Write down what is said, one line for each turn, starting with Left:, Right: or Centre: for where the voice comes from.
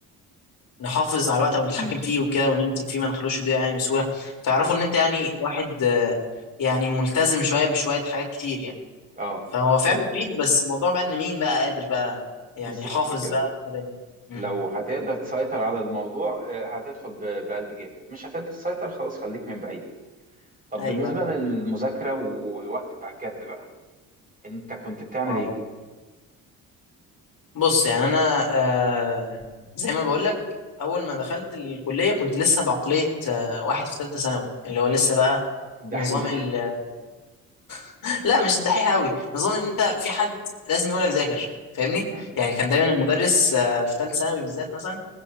Left: نحافظ على الوقت او نتحكم
Right: امم
Left: فيه وكده ونمسك فيه ما نخلوش يضيع يعني بسهوله فيعرفوا
Right: اه
Left: ان انت يعني واحد آه، يعني ملتزم شويه بشويه حاجات كتير يعني
Right: اه
Left: فهو فعلا
Right: طب
Left: تريد بس الموضوع بقى ان مين بقى قادر بقى يعني
Right: بالظبط
Left: حافظ
Right: كده
Left: بقى بالطريقه مم.
Right: لو هتقدر تسيطر على الموضوع آه، هتدخل ب- بقلب جامد مش هتقدر تسيطر خلاص خليك من بعيد طب
Left: ايوه
Right: بالنسبة
Left: ايوه
Right: للمذاكرة والوقت بتاع الجد بقى انت كنت بتعمل
Left: اه
Right: ايه؟
Left: بص يعني انا آه زي ما بقول لك اول ما دخلت الكليه كنت لسه بعقليه آه واحد في ثالثه ثانوي اللي هو لسه بقى
Right: الدحيح
Left: نظام ال <laughs> لا مش الدحيح قوي نظام ان انت في حد لازم يقولك ذاكر فاهمني
Right: مم.
Left: يعني كان دايما المدرس آه، في ثالث ثانوي بالذات مثلا